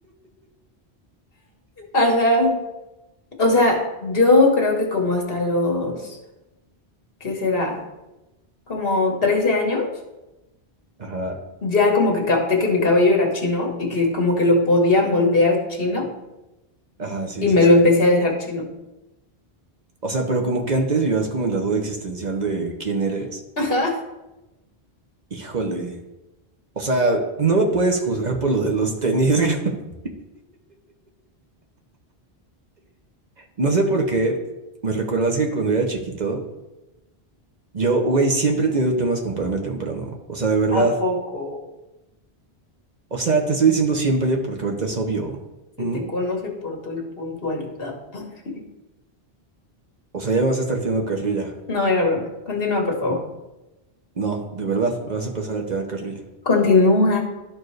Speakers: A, on the left; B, on the right.
A: Ajá. O sea, yo creo que como hasta los, ¿qué será? Como 13 años,
B: Ajá.
A: ya como que capté que mi cabello era chino y que como que lo podía moldear chino
B: Ajá, sí,
A: y
B: sí,
A: me
B: sí.
A: lo empecé a dejar chino.
B: O sea, pero como que antes vivías como en la duda existencial de quién eres.
A: <laughs>
B: Híjole. O sea, no me puedes juzgar por lo de los tenis. <laughs> No sé por qué. Me recuerdas que cuando era chiquito, yo, güey, siempre he tenido temas con pararme temprano. O sea, de verdad.
A: ¿A poco?
B: O sea, te estoy diciendo siempre porque ahorita es obvio.
A: Se
B: ¿Mm?
A: te conoce por tu puntualidad. <laughs>
B: O sea, ya me vas a estar tirando carrilla.
A: No era broma. Continúa, por favor.
B: No, de verdad, me vas a empezar a tirar carrilla.
A: Continúa.